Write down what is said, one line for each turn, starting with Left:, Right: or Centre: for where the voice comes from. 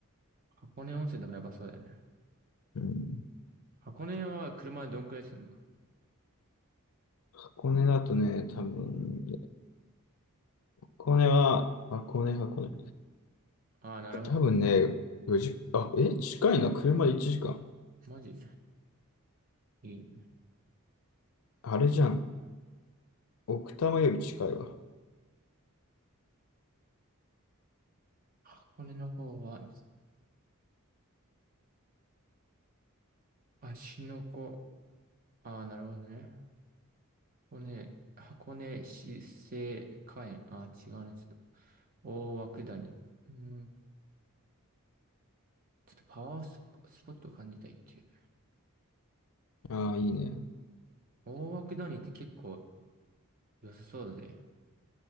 Right: 箱根温泉とかやばそうだよね。
Left: うん。
Right: 箱根は車でどんくらいするの
Left: 箱根だとね、多分、箱根は、箱根、箱根。
Right: ああー、なるほど。
Left: 多分ね、4時、あ、え、近いな。車で1時間。
Right: マジいい。
Left: あれじゃん。奥多摩より近いわ。
Right: 箱根の方は、芦ノ湖。ああ、なるほどね。箱根、箱根市生花園。ああ、違うね。ちょっと。大涌谷。うん。ちょっとパワースポスポットを感じたいっていう。
Left: ああ、いいね。
Right: 大涌谷って結構良さそうだぜ。